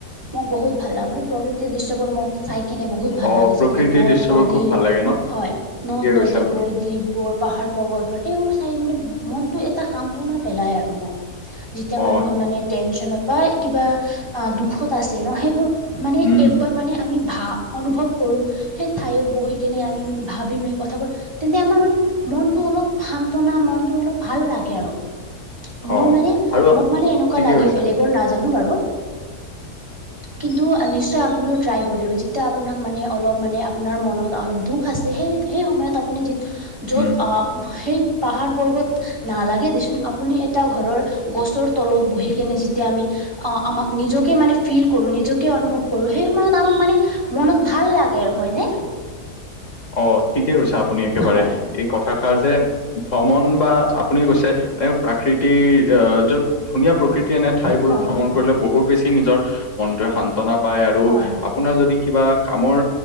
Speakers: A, on the right; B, on the left.
A: মোক বহুত ভাল লাগে। মানে প্ৰকৃতিৰ দৃশ্যবোৰ মোক চাই কিনে বহুত ভাল
B: অ
A: লাগে,
B: প্ৰকৃতিৰ
A: যেনেকে নদ-নদী
B: দৃশ্যবোৰ খুব ভাল লাগে ন
A: হয়, নদ-নদী
B: ঠিকে কৈছে আপুনি
A: বোৰ দ্বীপবোৰ, পাহাৰ-পৰ্বতবোৰ, এইবোৰ চাই মানে মনতো এটা সান্তনা পেলাই আৰু মোক যেতিয়া
B: অ
A: মানুহৰ মানে টেনচনত বা কিবা দুখত আছে ন সেইবোৰ মানে
B: উম
A: এইবোৰ মানে আমি ভা অনুভৱ কৰো সেই ঠাইত বহি কেনে আমি ভাবিম সেই কথাবোৰ তেন্তে আমাৰ মানে মনটো অলপ সান্তনা, মনটো অলপ ভাল লাগে আৰু মোৰ
B: অ
A: মানে,
B: আৰু
A: মোক মানে এনেকুৱা
B: ঠিকে
A: লাগে
B: কৈছে
A: বেলেগৰ নাজানোঁ বাৰু কিন্তু নিশ্চয় আপুনিও ট্ৰাই কৰি দিব, যেতিয়া আপোনাক মানে অলপ মানে আপোনাৰ মনত অলপ দুখ আছে সেই সেই সময়ত আপুনি যেতিয়া য'ত
B: উম
A: আহ সেই পাহাৰ-পৰ্বত নালাগে দেচোন, আপুনি এটা ঘৰৰ গছৰ তলত বহি কিনে যেতিয়া আমি আমাক নিজকে মানে ফিল কৰো। নিজকে অনুভৱ কৰোঁ। সেই সময়ত আমাক মানে মনত ভাল লাগে আৰু হয়নে!
B: অ', ঠিকেই কৈছে আপুনি একেবাৰে,
A: হয়
B: এই কথাষাৰ যে ভ্ৰমণ বা আপুনি কৈছে এ প্ৰাকৃতিৰ আহ্ য'ত ধুনীয়া প্ৰকৃতিৰ এনে ঠাইবোৰত
A: হয়
B: ভ্ৰমণ
A: হয়
B: কৰিলে বহুত বেছি নিজৰ মনটোৱে শান্তনা পায় আৰু
A: হয় হয়
B: আপোনাৰ
A: হয়
B: যদি কিবা কামৰ